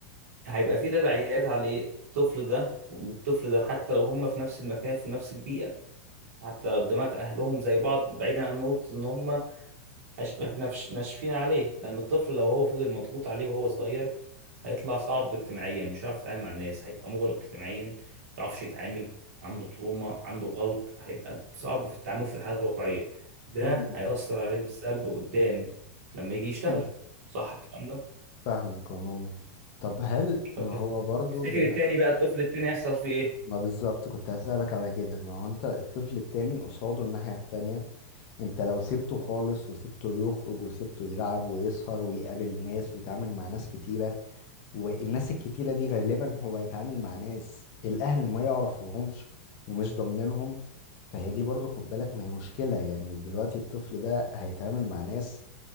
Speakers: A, on the right; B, on the left.
A: هيبقى في تبعيات عليه الطفل ده والطفل ده حتى لو هما في نفس المكان في نفس البيئة حتى لو دماغ أهلهم زي بعض بعيدا عن نقطة إن هما أش... ما- ما فيش- ناشفين عليه لأن الطفل لو هو فضل مضغوط عليه وهو صغير هيطلع صعب اجتماعيا مش هيعرف يتعامل مع الناس هيبقى مغلق اجتماعيا ما بيعرفش يتعامل عنده تروما عنده غلق هيبقى صعب في التعامل في الحياة الواقعية ده
B: مم.
A: هيأثر عليه بالسلب قدام لما يجي يشتغل
B: <laughs>
A: صح الكلام ده
B: فاهمك عموما طب هل
A: طب
B: ما
A: تف-
B: هو برضو
A: تفتكر
B: دلوقتي
A: التاني بقى الطفل التاني يحصل فيه ايه
B: ما بالظبط كنت هسألك على كده ما هو انت الطفل التاني قصاده الناحية التانية انت لو سبته خالص وسبته يخرج وسبته يلعب ويسهر ويقابل ناس ويتعامل مع ناس كتيرة والناس الكتيرة دي غالبا هو هيتعامل مع ناس الأهل ما يعرفوهمش ومش ضامنينهم فهي دي برضو خد بالك ما هي مشكلة يعني دلوقتي الطفل ده هيتعامل مع ناس